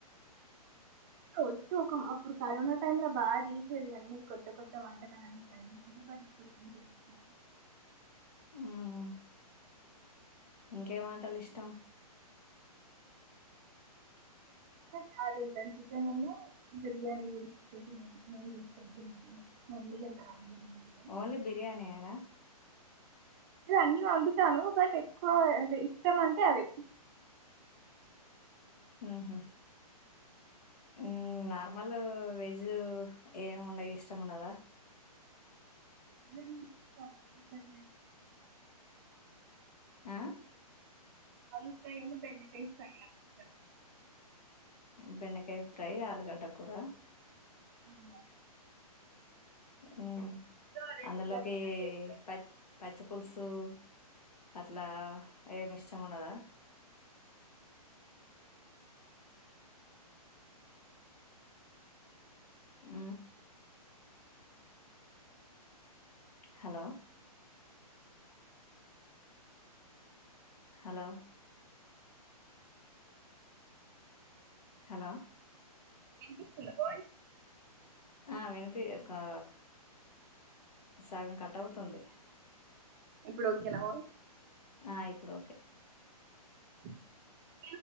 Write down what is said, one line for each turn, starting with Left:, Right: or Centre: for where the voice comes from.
Right: వచ్చు ఒక అప్పుడు కరోనా టైమ్ లో బాగా తీసేది గాని కొత్త కొత్త వంటకాలన్ని <unintelligible> బట్ ఇప్పుడు ఏం చేయట్లేదు
Left: మ్మ్. ఇంకేం వంటలు ఇష్టం
Right: టన్ హార్డ్ ఉంటది చికెన్ వున్ను బిర్యానీ చేస్తది మౌని చేస్తది బిర్యానీ మౌనికి అంత రాదు బిర్యానీ చేయడం
Left: ఓన్లీ బిర్యానీయేనా
Right: ఇంట్లో అన్నీ వండుతాను బట్ ఎక్కువ అంటే ఇష్టం అంటే అవే
Left: ఊహ్మ్ ఊ నార్మల్ వెజ్ ఏముండ ఇష్టము ఉండదా
Right: ఇండ్లనే స్టాఫ్ రైటర్మెంట్
Left: ఆ
Right: అల్లు ఫ్రై వున్ను బెండ్డకాయి ఫ్రై అంటే ఇష్టం
Left: బెండ్డకాయి ఫ్రై ఆలుగడ్డ కూర
Right: అవును
Left: హ్మ్
Right: ఆ రెండు
Left: అందులోకి
Right: కర్రీస్ అంటే ఇష్టం
Left: పచ్ పచ్చి పులుసు ఓ అట్లా ఏమి ఇష్టం ఉండదా ఊ హలో హలో హలో
Right: వినిపిస్తుందా వాయిస్
Left: ఆ వినిపి కా సగం కట్ అవుతుంది
Right: ఇప్పుడు ఓకేనా వాయిస్
Left: ఆ ఇప్పుడు ఓకే
Right: <inaudible>